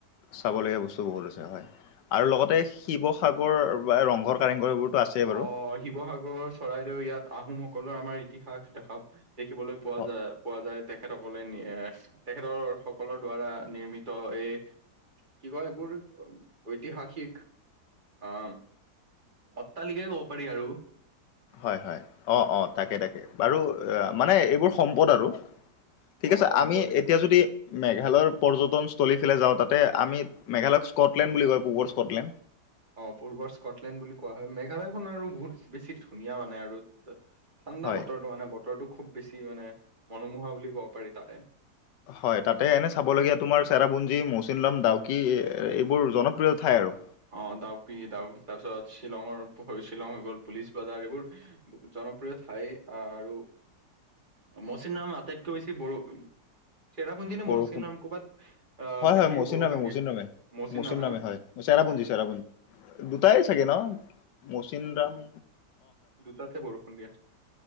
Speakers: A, on the left; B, on the right.
A: চাবলগীয়া বস্তু বহুত আছে হয়, আৰু লগতে শিৱসাগৰ বা ৰংঘৰ কাৰেংঘৰ এইবোৰতো আছেই বাৰু
B: অ', শিৱসাগৰ, চৰাইদেউ ইয়াত আহোমসকলৰ আমাৰ ইতিহাস দেখা পায়। দেখিবলৈ পোৱা
A: অ
B: যায়, পোৱা যায়, তেখেতসকলে নিয়েহ তেখেতৰ সকলৰ দ্বাৰা নিৰ্মিত এই কি কয় এইবোৰ, ঐতিহাসিক অ'। অট্টালিকাই ক'ব পাৰি আৰু।
A: হয়, হয়, অ', অ', তাকে, তাকে, বাৰু মানে এইবোৰ সম্পদ আৰু। ঠিক
B: অ',
A: আছে,
B: সম্পদ
A: আমি
B: এইবোৰ।
A: এতিয়া যদি মেঘালয় পৰ্যটনস্থলীফালে যাওঁ, তাতে আমি মেঘালয়ক স্কটলেণ্ড বুলি কয়, পূৱৰ স্কটলেণ্ড।
B: অ', পূৰ্বৰ স্কটলেণ্ড বুলি কোৱা হয়, মেঘালয়খন আৰু বহুত বেছি ধুনীয়া মানে আৰু ঠাণ্ডা
A: হয়
B: বতৰটো মানে বতৰটো খুব বেছি মানে মনোমোহা বুলি ক'ব পাৰি তাতে।
A: হয়, তাতে এনেই চাবলগীয়া তোমাৰ চেৰাপুঞ্জী, মৌচিনলাম, ডাউকি এইবোৰ জনপ্ৰিয় ঠাই আৰু।
B: অ', ডাউকি, ডাউক তাৰপিছত শ্বিলঙৰ শ্বিলং হৈ গ'ল পুলিচ বজাৰ এইবোৰ জনপ্ৰিয় ঠাই আৰু মচিনৰাম আটাইতকৈ বেছি বৰষুণ চেৰাপুঞ্জি নে
A: বৰষুণ
B: মৌচিননাম ক'ৰবাত অ',
A: হয়
B: বেছিকে
A: হয় মৌচিনৰামে
B: বৰষুণ
A: মৌচিনৰামে
B: দিয়ে। মৌচিনৰামে ন?
A: হয় চেৰাপুঞ্জী
B: অ
A: চেৰাপুঞ্জী, দুটাই চাগে ন?
B: অ
A: মচিনৰাম
B: দুটাতেে বৰষুণ দিয়ে।